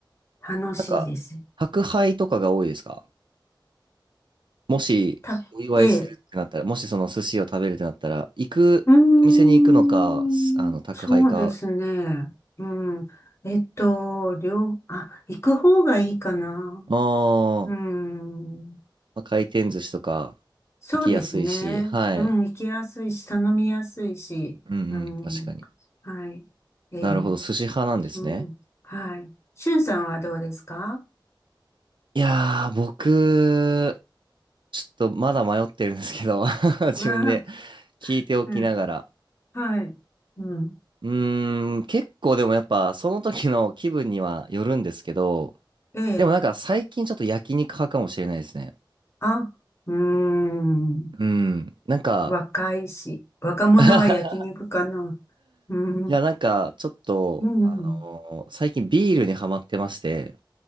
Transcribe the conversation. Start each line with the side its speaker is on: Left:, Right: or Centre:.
Left: 楽しいです。
Right: なんか、宅配とかが多いですかもしお祝いするってなったら、
Left: た、ええ、
Right: もしその寿司を食べるってなったら、行く、
Left: うーん、
Right: お店に行くのか、すあの、宅配か、
Left: そうですね。うん。えっと、両、あ、行く方がいいかな。
Right: あ
Left: うん。
Right: ーまあ、回転寿司とか
Left: そうですね。
Right: 行きやすいし、はい。
Left: うん、行きやすいし、頼みやすいし。
Right: うんうん、
Left: うん。
Right: 確かに。
Left: はい。ええ、
Right: なるほど、寿司派なんですね。
Left: うん。はい。しゅんさんはどうですか
Right: いやー、僕、ちょっとまだ迷ってるんですけど、<laughs> 自分で
Left: ああ、
Right: 聞いておきながら。
Left: うん。はい。うん。
Right: うーん、結構でもやっぱ、その時の気分にはよるんですけど、
Left: ええ、
Right: でもなんか最近ちょっと焼肉派かもしれないですね。
Left: あ、うーん、
Right: うん。なんか、
Left: 若いし、若者は焼肉かな。
Right: <laughs>
Left: うん、
Right: いや、なんか、ちょっと、
Left: うん。
Right: あのー最近ビールにハマってまして、